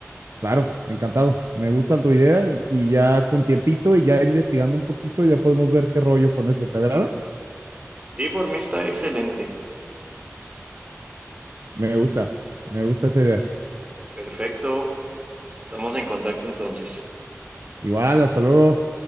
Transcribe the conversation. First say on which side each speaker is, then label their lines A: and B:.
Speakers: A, on the right; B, on the right.
A: Claro, encantado. Me gusta tu idea y ya con tiempito y ya investigando un poquito ya podemos ver qué rollo con eso. ¿Te agrada?
B: Y por mí está excelente.
A: Me gusta, me gusta esa idea.
B: Perfecto. Estamos en contacto entonces.
A: Igual, hasta luego.